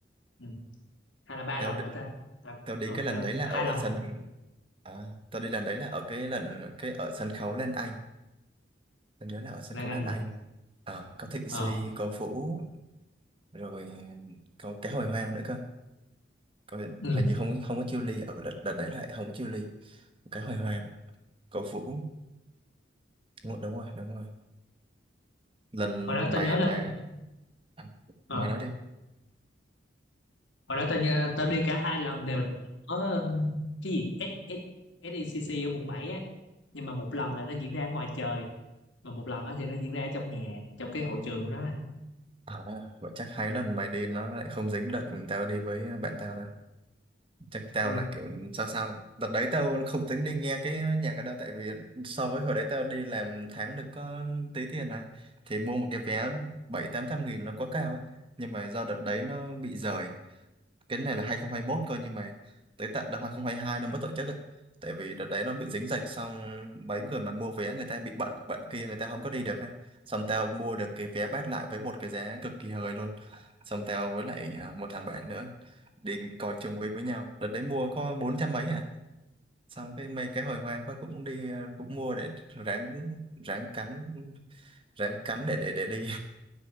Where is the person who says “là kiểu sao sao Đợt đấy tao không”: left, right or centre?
Right